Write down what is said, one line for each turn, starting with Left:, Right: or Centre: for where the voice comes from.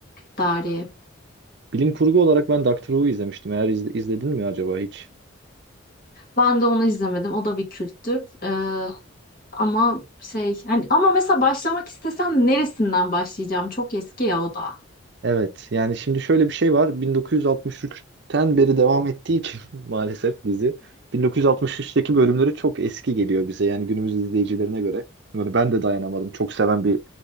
Left: Dariye.
Right: bilim kurgu olarak ben Doctor Who izlemiştim. Eğer izle- izledin mi acaba hiç?
Left: Ben de onu izlemedim. O da bir kültür. E, ama şey yani ama mesela başlamak istesem neresinden başlayacağım? Çok eski ya o da.
Right: Evet yani şimdi şöyle bir şey var 1963'ten beri devam ettiği için <laughs> maalesef dizi 1963'teki bölümleri çok eski geliyor bize yani günümüz izleyicilerine göre. Yani ben de dayanamadım çok seven bir